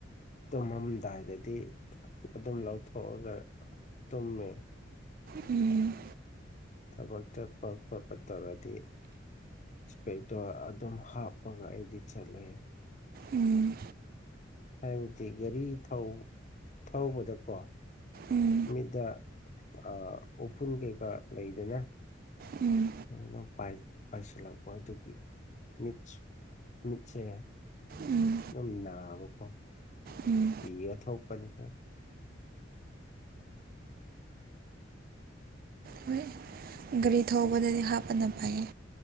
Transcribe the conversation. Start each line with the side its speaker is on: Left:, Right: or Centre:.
Left: ꯇꯨꯝꯃꯝꯗꯥꯏꯗꯗꯤ ꯑꯗꯨꯝ ꯂꯧꯊꯣꯛꯑꯒ ꯇꯨꯝꯃꯦ
Right: ꯎꯝ
Left: ꯇꯕꯣꯛꯛꯇ ꯄ ꯄꯄ ꯇꯔꯗꯤꯦ ꯏꯁꯄꯤꯦꯛꯇꯔ ꯑꯗꯨꯝ ꯍꯥꯞꯄꯒ ꯑꯩꯗꯤ ꯆꯠꯂꯦ
Right: ꯎꯝ
Left: ꯍꯥꯏꯕꯗꯤ ꯒꯥꯔꯤ ꯊ ꯊꯧꯕꯗꯀꯣ
Right: ꯎꯝ
Left: ꯃꯤꯗ ꯑ ꯎꯐꯨꯟ ꯀꯩꯀꯥ ꯂꯩꯗꯅ
Right: ꯎꯝ
Left: ꯑꯣ ꯄꯥꯏꯁ ꯄꯥꯏꯁꯂꯄ ꯑ ꯑꯗꯨꯗꯒꯤ ꯃꯤ ꯃꯤꯁꯦ ꯑꯗꯨꯝ
Right: ꯎꯝ
Left: ꯅꯥꯕꯀꯣ
Right: ꯎꯝ
Left: ꯄꯤꯒ ꯊꯣꯛꯄꯅꯤ ꯍꯣꯏ
Right: ꯍꯣꯏ ꯒꯥꯔꯤ ꯊꯧꯕꯗꯗꯤ ꯍꯥꯞꯄꯅ ꯄꯥꯏꯌꯦ